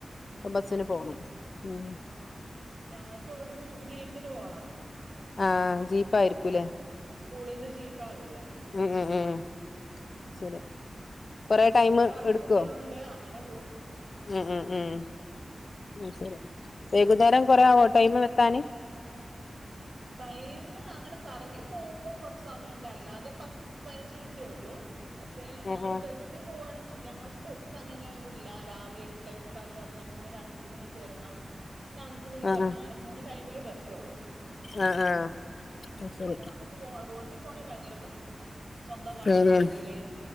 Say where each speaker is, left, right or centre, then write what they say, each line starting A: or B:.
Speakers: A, on the left; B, on the right.
A: അപ്പൊ
B: ആ
A: ബസ്സിന് പോണം ഉം
B: ആ ഞങ്ങക്ക് ഇവടന്ന് ജീപ്പിന് പോണം
A: ആ ജീപ്പായിരിക്കൂലെ
B: സ്കൂളിൻ്റെ ജീപ്പാ വരുവാ
A: ഉം ഉം ഉം ശരി കൊറെ ടൈം
B: ജീപ്പ് നറച്ചു
A: എടുക്കുവോ
B: കുട്ടികളുണ്ട് അ അങ്ങനെ പോവും
A: ഉം ഉം ഉം ഉം ശരിയ വൈകുന്നേരം കൊറെ
B: അത്
A: ആവോ ടൈമ് എത്താൻ
B: ടൈം അങ്ങനെ കറങ്ങി പോവുമ്പോ കുറച്ച് സമയമുണ്ട് അല്ലാതെ പത്ത് പതിനഞ്ച് മിനിറ്റേ ഉള്ളു പക്ഷെ
A: ഉം
B: ഞങ്ങള്
A: ഉം
B: ബസ് പോവാൻ ഞങ്ങള് ബസ്സ് അങ്ങനെ ഇല്ല രാവിലെ എട്ടേ മുക്കാലിന് ഒരണം രണ്ട് മണിക്ക് ഒരണം പിന്നെ അഞ്ച് മണിക്ക്
A: ഉം
B: ഒരണം
A: ഉം
B: അങ്ങനെ മൂന്ന് ടൈമില് ബസ്സ് സ്സൊള്ളു
A: ആഹ് ആഹ് ഉം
B: അപ്പൊ നമുക്ക് പോ റോട്ടി പോണേൽ ഭയങ്കര ബുദ്ധിമുട്ടാ സ്വന്തം വണ്ടി
A: ഉം
B: ഉണ്ടെങ്കിലെ
A: ഉം